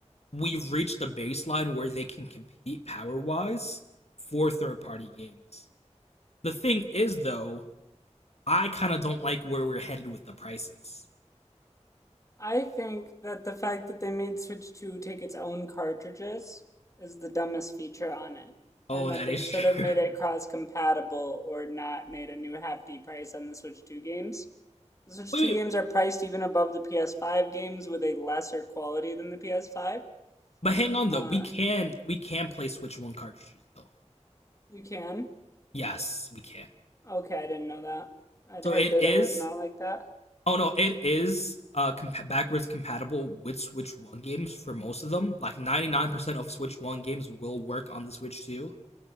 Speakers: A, on the left (about 60°); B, on the left (about 25°).
A: we've reached the baseline where they can compete power wise for third party games. The thing is, though, I kind of don't like where we're headed with the prices.
B: I think that the fact that they made Switch 2 take its own cartridges is the dumbest feature on it. And
A: Oh,
B: that
A: that
B: they
A: is
B: should
A: true.
B: have made it cross compatible or not made a new hefty price on the Switch 2 games. The Switch
A: <laughs> wait,
B: 2
A: wait,
B: games are priced even above the PS5 games with a lesser quality than the PS5.
A: but hang on though.
B: Uh,
A: We can we can play Switch One cartridges though.
B: you can?
A: Yes, we can.
B: Okay, I didn't know that. I'd
A: So
B: heard
A: it
B: that
A: is.
B: it was not like that.
A: Oh no, it is uh comp- backwards compatible with Switch One games for most of them. Like ninety nine percent of Switch One games will work on the Switch Two.